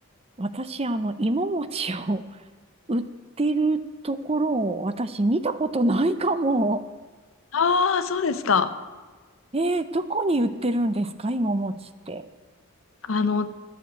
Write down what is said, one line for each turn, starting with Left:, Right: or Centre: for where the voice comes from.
Right: 私、あの、芋餅を <laughs> 売ってるところを私見たことないかも。
Left: ああ、そうですか。
Right: えー、どこに売ってるんですか芋餅って。
Left: あの、